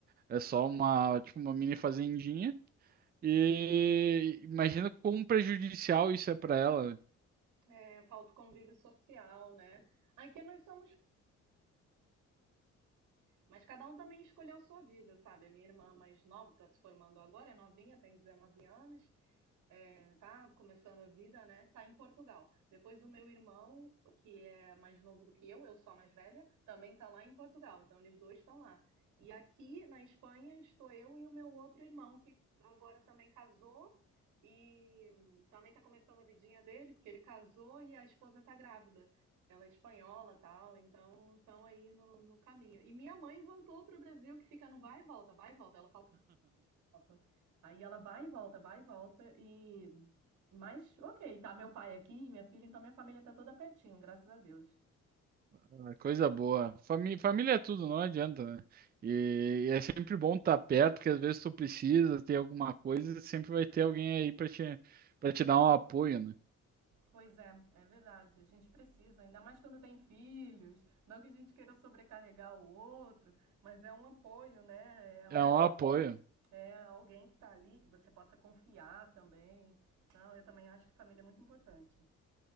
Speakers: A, on the right; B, on the right.
A: é só uma, tipo, uma mini fazendinha. E imagina quão prejudicial isso é pra ela.
B: É, falta o convívio social, né? Aqui nós somos Mas cada um também escolheu sua vida, sabe? A minha irmã mais nova está se formando agora, é novinha, tem 19 anos é, tá começando a vida, né? Tá em Portugal. Depois o meu irmão, que é mais novo do que eu, eu sou a mais velha, também tá lá em Portugal. Então eles dois estão lá. E aqui na Espanha estou eu e o meu outro irmão, que agora também casou e também tá começando a vidinha dele, porque ele casou e a esposa tá grávida. Ela é espanhola, tal, então estão aí no, no caminho. E minha mãe voltou pro Brasil, que fica no vai e volta, vai e volta. Ela Copa. Aí ela vai e volta, vai e volta e mas ok, tá meu pai aqui, e minha filha, então minha família tá toda pertinho, graças a Deus.
A: né? É Coisa boa. Famí família é tudo, não adianta, né? E, e é sempre bom estar perto, porque às vezes tu precisa ter alguma coisa, sempre vai ter alguém aí pra te, para te dar um apoio, né?
B: Pois é, é verdade. A gente precisa, ainda mais quando tem filhos. Não que a gente queira sobrecarregar o outro, mas é um apoio, né? É,
A: É um apoio.
B: é- é alguém que tá ali, que você possa confiar também. Não, eu também acho que família é muito importante.